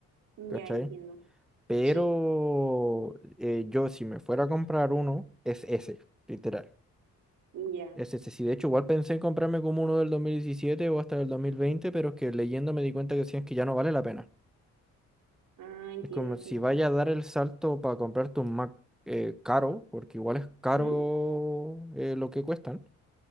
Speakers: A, in the centre; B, on the right.
A: ¿cachai?
B: Ya entiendo.
A: Pero
B: Sí,
A: eh, yo si me fuera a comprar uno, es ese, literal.
B: ya.
A: Es ese. Sí, de hecho, igual pensé en comprarme como uno del 2017 o hasta del 2020 pero es que leyendo me di cuenta que decían que ya no vale la pena.
B: Ah, entiendo,
A: Es como
B: entiendo.
A: si vaya a dar el salto para comprarte un Mac eh, caro, porque igual es caro
B: ¿Mm?
A: eh, lo que cuestan,